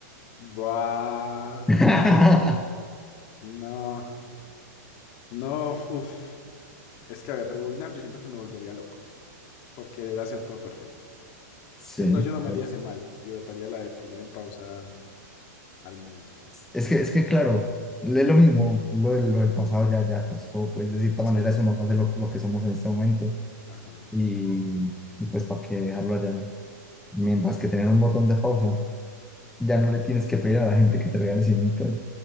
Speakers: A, on the left; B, in the centre.
A: Buah.
B: <laughs>
A: No, no, uff. Es que, a ver, rebobinar, yo siento que me volvería loco por querer hacer todo perfecto.
B: Sí,
A: Entonces, no, yo no me
B: no,
A: haría ese mal y votaría la de poner en pausa al mundo.
B: es que, es que claro, es lo mismo, lo, del- lo del pasado ya, ya pasó, pues de cierta
A: Sí,
B: manera eso no hace lo, lo que somos en este momento
A: ajá,
B: y, y pues para qué dejarlo allá, mientras que tener un botón de pausa, ya no le tienes que pedir a la gente que te regale cien mil pesos,